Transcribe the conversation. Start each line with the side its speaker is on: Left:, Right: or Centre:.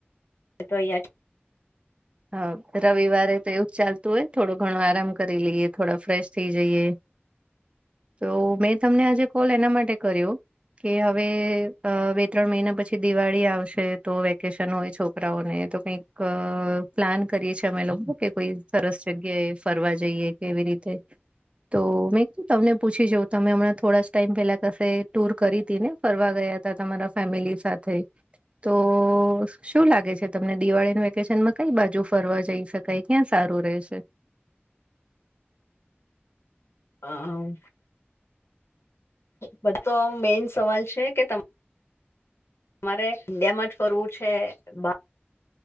Left: <unintelligible>
Right: હા રવિવારે તો એવું જ ચાલતું હોય થોડો ઘણો આરામ કરી લઈએ, થોડા ફ્રેશ થઈ જઈએ. તો મેં તમને આજે કોલ એના માટે કર્યો. કે હવે બે ત્રણ મહિના પછી દિવાળી આવશે તો વેકેશન હોય છોક કરા ઓને તો કંઈક પ્લાન કરીએ છે અમે લોકો કે કોઈ સરસ જગ્યાએ ફરવા જઈએ કેવી રીતે. તો મેં કીધુ તમને પૂછી જોઉં તમે હમણાં થોડા જ ટાઈમ પેલા કશે ટૂર કરી હતી ને? ફરવા ગયા તા તમારા ફેમિલી સાથે. તો શું લાગે છે તમને દિવાળીના વેકેશનમાં કઈ બાજુ ફરવા જઈ શકાય? ક્યાં સારું રહેશે?
Left: હા. બધો તો મેઈન સવાલ છે કે તમ મારે ઇન્ડિયામ જ ફરવું છે? બહાર